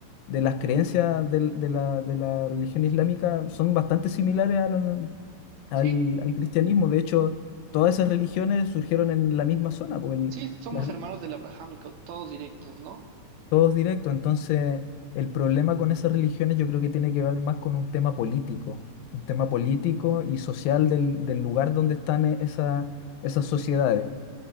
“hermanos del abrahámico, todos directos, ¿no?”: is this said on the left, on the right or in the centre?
Right